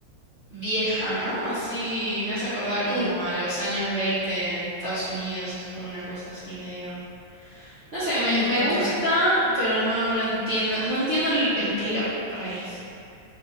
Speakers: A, on the right (about 45°); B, on the left (about 55°).
A: vieja, ¿no? Así me hace acordar
B: Sí,
A: como a los años 20 de Estados Unidos. Es como una cosa así medio... No sé, me,
B: Sí,
A: me
B: entre,
A: gusta, pero no lo entiendo. No entiendo el, el pelo por ahí.